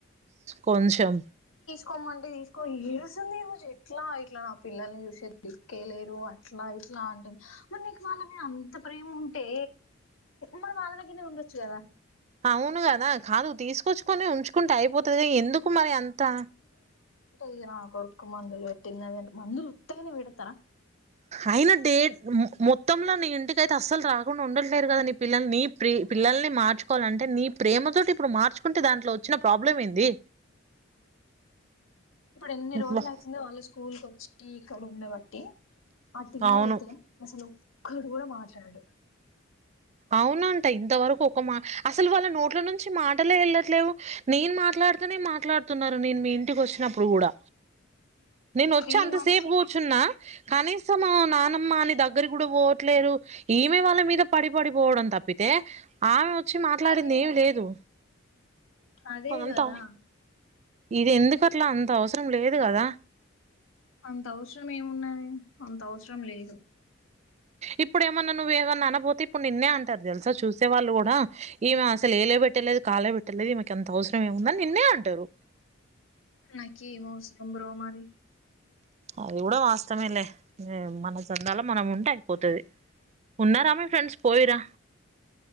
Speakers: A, on the right; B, on the left.
A: కొంచెం
B: కోమంటే తీసుకో ఈ ఏడుసింది ఈ రోజు ఎట్లా ఇట్లా నా పిల్లల్ని చూసిద్ది క్కేలేరు అట్లా ఇట్లా అంటుంది మరి నీకు వాళ్ళ మీద అంత ప్రేమ ఉంటే మరి వాళ్ళ దగ్గరనే ఉండొచ్చు కదా
A: అవును కదా కాదు తీసుకొచ్చుకని ఉంచుకుంటే అయిపోతు ఎందుకు మరి అంతా
B: ఈ నా కొడుకు మందులు ఎట్టిందదేంత మందులు ఉుట్టగానే విడతారా
A: అయినా డే మొత్తంలో నీ ఇంటిక అయితే అస్సలు రాకుండా ఉండట్లేరు కదా నీ పిల్లని నీ ప్రే పిల్లల్ని మార్చుకోవాలంటే నీ ప్రేమ తోటి ఇప్పుడు మార్చుకుంటే దాంట్లో వచ్చిన ప్రాబ్లం ఏంది
B: ఇప్పుడు ఎన్ని
A: అబ్బా!
B: రోజులు అవుతుంది వాళ్ళు స్కూల్ క వచ్చి క్క ఉండబటి ఆట్ ఇల్
A: అవును.
B: అయితే మసలు ఒక్కటి కూడా మాట్లాడు
A: అవునం ఇంత వరకు ఒక మా అసలు వాళ్ళ నోట్ల నుంచి మాటలే వెళ్ళట్లేవు నేను మాట్లాడుతనే మాట మాట్లాడుతున్నారు నేను మీ ఇంటికి వచ్చినప్పుడు కూడా నేను
B: త్రీ
A: వచ్చి అంతసేపు
B: మంత్స్
A: కూర్చున్నా కనీసం నానమ్మని దగ్గరి కూడా పోట్లేరు ఈమె వాళ్ళ మీద పడి పడిపోవడం తప్పితే ఆమె వచ్చి మాట్లాడింది
B: అదే కదా
A: ఏమి లేదు
B: అదే
A: అదంతా
B: కదా
A: ఇది ఎందుకట్లా అంత అవసరం లేదు కదా
B: అంత అవసరం ఏమున్నది అంత అవసరం లేదు
A: ఇప్పుడు ఏమన్నా నువ్వు ఏమన్నా అన పోతే ఇప్పుడు నిన్నే అంటారు తెలుసా చూసే వాళ్లు కూడా ఈమె అసలు ఏలే పెట్టలేదు కాలే పెట్టలేదు ఈమెకి అంత అవసరం ఏముందని నిన్నే అంటారు
B: నాకిీ ఏం అవసరం బ్రో మరి
A: అది కూడా వాస్తవంలే మన చందలో మనం ఉంటే అయిపోతది ఉన్నారా మీ ఫ్రెండ్స్ పోయిరా